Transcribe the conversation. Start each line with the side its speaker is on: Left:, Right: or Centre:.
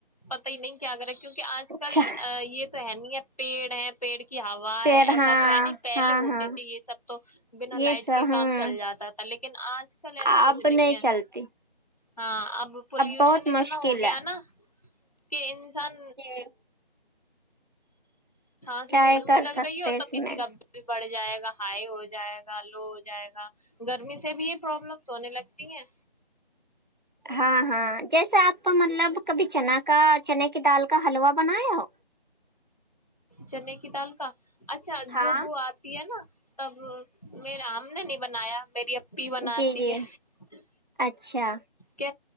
Left: پتا ہی نہیں کیا کریں کیونکہ آج کل
Right: کیا
Left: یہ تو ہے نہیں ہے پیڑ ہے پیڑ کہ ہوا
Right: پھر
Left: ہے ایسا
Right: ہاں
Left: تو ہے نا پہلے
Right: ہاں
Left: ہوتی
Right: ہاں
Left: تھی یہ سب تو بنا لائٹ
Right: یہ سب
Left: کے
Right: ہوں
Left: کام چل جاتا تھا لیکن لیکن آج کچھ
Right: اب
Left: نہیں کیا
Right: چلتی
Left: ہاں اب پولوشن
Right: بہت
Left: اتنا
Right: مشکل
Left: ہو گیا
Right: ہے
Left: نا کہ انسان
Right: جی،
Left: چھاس
Right: کیا
Left: گرمی
Right: ہی کر
Left: لگ
Right: سکتے
Left: رہی ہے ہو
Right: اس
Left: تو پی
Right: میں
Left: بھی بڑے جائے گا ہائی ہو جائے گا لو ہو جائے گا گرمی سے بھی یہ پرابلمس ہونے لگتی ہیں
Right: ہاں ہاں جیسے آپ مطلب کبھی چنا کا چنے کی دال کا حلوا بنایا ہو
Left: چنے کی دال کا اچھا
Right: ہاں
Left: جو وہ آتی ہے نا تب میر آم نے نہیں بنایا میری پی بناتی
Right: جی جی
Left: ہے
Right: اچھا
Left: کی